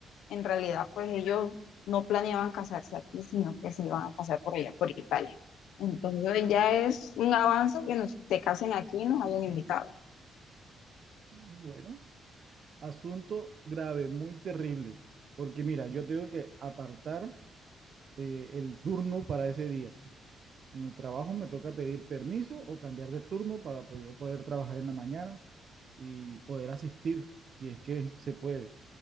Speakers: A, on the left; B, on the right.
A: En realidad, pues ellos no planeaban casarse aquí, sino que se iban a casar por allá, por Italia. Entonces ya es un avance que nos se casen aquí y nos hayan invitado.
B: Bueno. Asunto grave, muy terrible, porque mira, yo tengo que apartar eh, el turno para ese día. En el trabajo me toca pedir permiso o cambiar de turno para pues, yo poder trabajar en la mañana y poder asistir, si es que se puede.